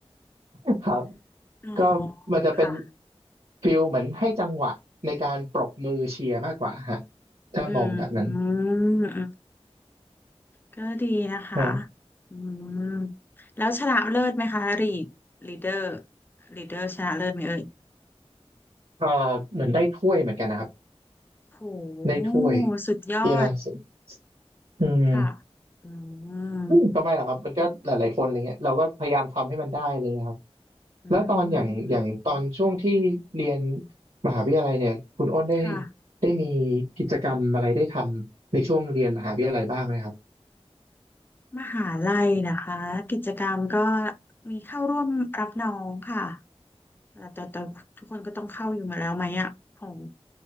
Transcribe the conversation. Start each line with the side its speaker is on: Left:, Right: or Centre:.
Right: <laughs> ครับ
Left: อ๋อ
Right: ก็มันจะเป็น
Left: ค่ะ
Right: ฟิลเหมือนให้จังหวะในการปรบมือเชียร์มากกว่าฮะถ้ามองแบบนั้น
Left: อืมอืมก็ดีนะคะ
Right: อ่า
Left: อืมแล้วชนะเลิศไหมคะลีดลีดเดอร์ลีดเดอร์ชนะเลิศไหมเอ่ย
Right: ก็เหมือนได้ถ้วยเหมือนกันนะครับ
Left: โห
Right: ได้ถ้วย
Left: สุดยอด
Right: เยอะนะสุดอืม
Left: ค่ะอืม
Right: อืมก็ไม่หรอกครับมันก็หลายๆคนอะไรเงี้ยเราก็พยายามทำให้มันได้อะไรเลยครับ
Left: อื
Right: แล้วตอนอย่างอย่างตอนช่วงที่เรียน
Left: ม
Right: มหาวิทยาลัยเนี่ยคุณอ้นได้
Left: ค่ะ
Right: ได้มีกิจกรรมอะไรได้ทำในช่วงเรียนมหาวิทยาลัยบ้างไหมครับ
Left: มหาลัยนะคะ กิจกรรมก็มีเข้าร่วมรับน้องค่ะแต่แต่แต่ทุกคนก็ต้องเข้าอยู่มาแล้วไหมอ่ะของ